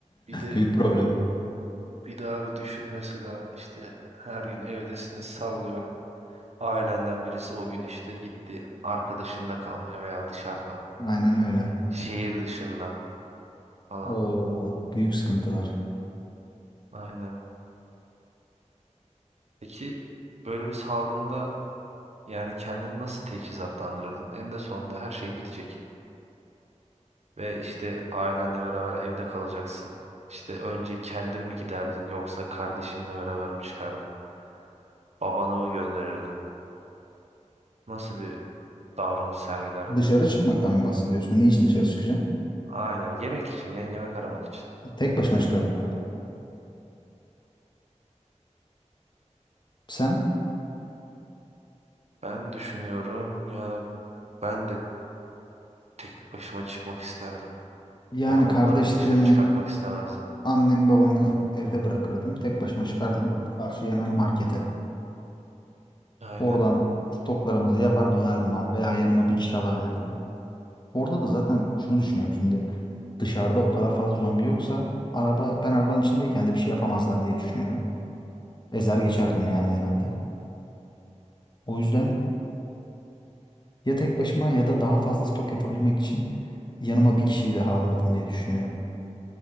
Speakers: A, on the right; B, on the left.
A: Bir de
B: Büyük problem.
A: bir daha bir düşün mesela işte her gün evdesiniz sallıyorum. Ailenden birisi o gün işte gitti arkadaşında kalmaya veya dışarıda.
B: Aynen öyle.
A: Şehir dışında falan.
B: Oo, büyük sıkıntılar.
A: Aynen. Peki böyle bir salgında Yani kendini nasıl teçhizatlandırırdın? En de sonunda her şeyin bitecek. Ve işte ailenle beraber evde kalacaksın. İşte önce kendin mi giderdin yoksa kardeşinle beraber mi çıkardın? Babanı mı gönderirdin? Nasıl bir davranış sergilerdin?
B: Dışarı çıkmaktan mı bahsediyorsun? Ne için dışarı çıkacağım?
A: Aynen yemek için, yeni yemek aramak için.
B: Tek başıma çıkarım. Sen?
A: Ben düşünüyorum yani ben de tek başıma çıkmak isterdim.
B: Yani
A: Ya onları
B: kardeşlerimi,
A: dışarı çıkartmak istemezdim.
B: annemi, babamı evde bırakırdım. Tek başıma çıkardım. Karşıya hemen markete.
A: Aynen.
B: Oradan stoklarımızı yapar dönerdim abi. Veya yanıma bir kişi alabilirdim. Orada da zaten şunu düşünüyorum şimdi. Dışarıda o kadar fazla zombi yoksa araba ben arabanın içindeyken de bir şey yapamazlar diye düşünüyorum. Ezer geçerdim yani herhalde. O yüzden Ya tek başıma ya da daha fazla stok yapabilmek için yanıma bir kişiyi daha alırdım diye düşünüyorum.